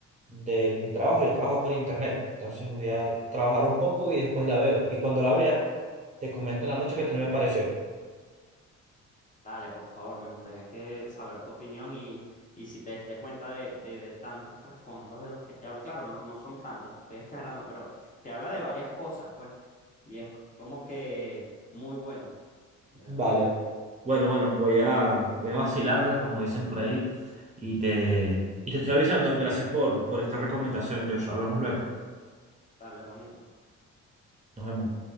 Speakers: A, on the right; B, on the left.
A: de mi trabajo. Yo trabajo por internet, entonces voy a trabajar un poco y después la veo. Y cuando la vea, te comento en la noche qué tal me pareció.
B: Dale, por favor, me gustaría que saber tu opinión y, y si te diste cuenta de, de, de tantos trasfondos de los que te habla. Claro, no, son- no son tantos, que estoy exagerando, pero te habla de varias cosas, pues. Y es como que muy buena, de verdad.
A: Vale, Bueno, bueno, voy a, voy a vacilarla, como dicen por ahí, y te, y te estoy avisando. Gracias por, por esta recomendación, Josh. Hablamos luego.
B: Dale, hermanito.
A: Nos vemos.